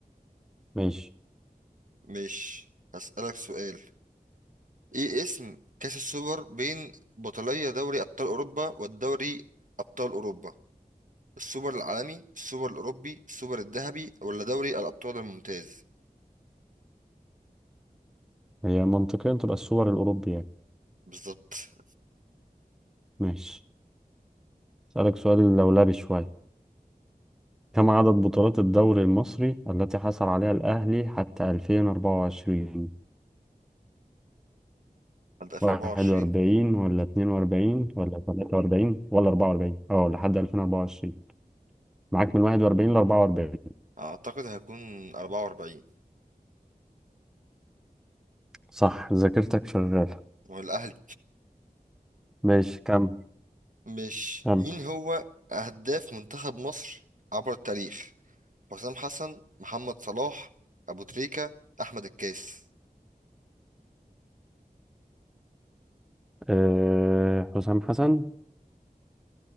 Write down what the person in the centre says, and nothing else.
ماشي
هي منطقيا تبقى السوبر الأوروبي يعني
ماشي أسألك سؤال لولبي شوية كم عدد بطولات الدوري المصري التي حصل عليها الأهلي حتى 2024
41
ولا 42 ولا 43 ولا 44 اه لحد 2024 معاك من 41 ل 44
صح ذاكرتك شغالة
ماشي كم
كم
أه حسام حسن